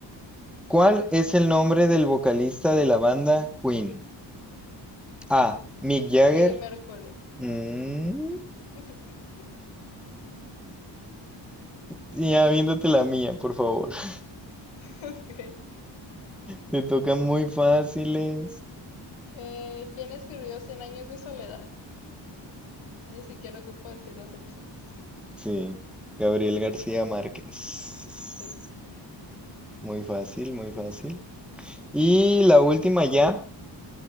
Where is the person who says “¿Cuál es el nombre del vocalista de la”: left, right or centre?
Centre